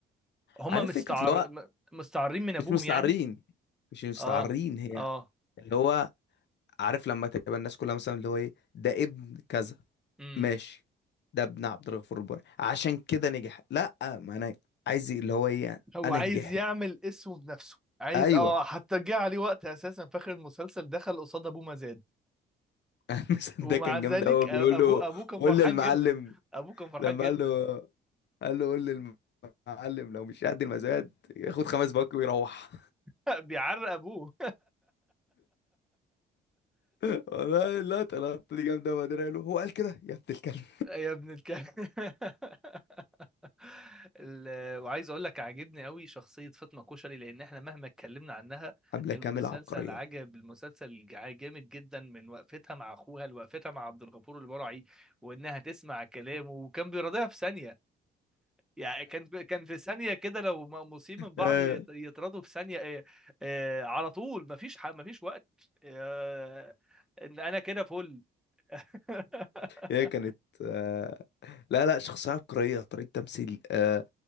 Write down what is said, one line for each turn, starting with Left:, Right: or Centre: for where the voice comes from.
Centre: هم
Left: عارف
Centre: مستعر
Left: فكره اللي هو
Centre: م- مستعارين من ابوهم
Left: مش مستعارين
Centre: يعني
Left: مش مستعارين
Centre: اه
Left: هي
Centre: اه
Left: اللي هو عارف لما تبقى الناس كلها مثلا اللي هو ايه ده ابن كذا
Centre: امم
Left: ماشي ده ابن عبد الغفور البرعي عشان كده نجح لا ما انا عايز اللي هو ايه
Centre: هو
Left: انا
Centre: عايز
Left: نجحت
Centre: يعمل اسمه بنفسه عايز
Left: ايوه
Centre: اه حتى جه عليه وقت اساسا في اخر المسلسل دخل قصاد ابوه مزاد
Left: <laughs> المثل
Centre: ومع
Left: ده كان
Centre: ذلك
Left: جامد قوي
Centre: أ-
Left: بيقول
Centre: ابوه
Left: له
Centre: ابوه كان
Left: قول
Centre: فرحان
Left: للمعلم
Centre: جدا ابوه كان فرحان
Left: لما
Centre: جدا
Left: قال له قال له قول للمعلم لو مش قد المزاد ياخد خمس باك ويروح
Centre: <laughs> بيعرق ابوه <laughs>
Left: <laughs> والله اللقطة اللقطة دي جامدة وبعدين قال له هو قال كده يا ابن الكلب
Centre: يا ابن الكلب <laughs> ال- آه، وعايز اقول لك عاجبني قوي شخصيه فاطمه كشري لان احنا مهما اتكلمنا عنها
Left: <laughs> حملة
Centre: المسلسل
Left: كاملة عبقرية
Centre: عجب
Left: <laughs>
Centre: المسلسل جا- جامد جدا من وقفتها مع اخوها لوقفتها مع عبد الغفور البرعي وانها تسمع كلامه وكان بيراضيها في ثانيه يعني كان في- كان في ثانيه كده لو مقموسين من بعض
Left: آه،
Centre: يت- يتراضوا في ثانيه آه، آه، على طول مفيش ح- مفيش وقت آه، ان انا كده فل <laughs>
Left: هي كانت آه، لا لا شخصية عبقرية طريقة تمثيل آه،